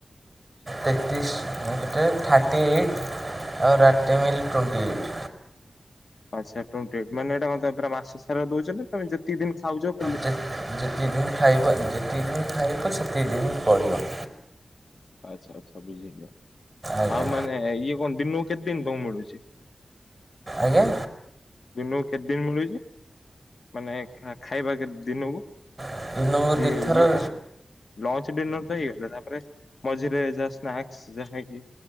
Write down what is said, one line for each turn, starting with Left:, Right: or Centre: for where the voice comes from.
Right: ତେତିଶ୍ <unintelligible> ଥାର୍ଟି ଏଇଟ୍ ଆଉ ରାତିରେ ମିିଲ୍ ଟ୍ୱେଣ୍ଟି ଏଇଟ୍।
Left: ଆଚ୍ଛା ଟ୍ବେଣ୍ଟି ଏଇଟ୍ ମାନେ ଏଟା କଣ ତମେ ମାସ ସାରା ଦଉଚ ନା ତମେ ଯେତିକି ଦିନି ଖାଉଚ
Right: ଯେ ଯେତିକି ଦିନି ଖାଇବ ଯେତିକି ଦିନି ଖାଇବ ସେତିକି ଦିନି ପଡ଼ିବ।
Left: ଆଚ୍ଛା ଆଚ୍ଛା ବୁଝିଲି।
Right: ଆଜ୍ଞା
Left: ଆଉ ମାନେ ଇଏ କଣ ଦିନକୁ କେତେ ଦିନ୍ ତମକୁ ମିଳୁଚି?
Right: ଆଜ୍ଞା।
Left: ଦିନକୁ କେତେ ଦିନ ମିଳୁଚି? ମାନେ ଖାଇବା କେ ଦିନକୁ?
Right: ଦିନକୁ ଦୁଇଥର
Left: ଇଏ ଇଏ ତ ସୋ ଲଞ୍ଚ ଡିନର ତ ହେଇଗଲା। ତାପରେ ମଝିରେ ଯାହା ସ୍ନାକ୍ସ ଯାହା ଖାଇଦିଏ।